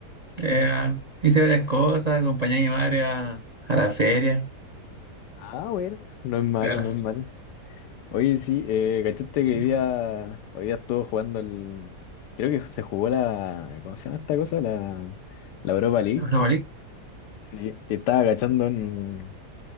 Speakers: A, on the right; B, on the left.
A: Eh, hice varias cosas, acompañé a mi madre a, a la feria.
B: Ah, bueno, no es malo,
A: Piola.
B: no es malo. Oye, sí, eh, cachaste
A: Sí,
B: que hoy día, hoy día estuvo jugando el... Creo que se jugó la... ¿Cómo se llama esta cosa? La, la Europa League.
A: bueno. No, vale.
B: Sí, estaba cachando un,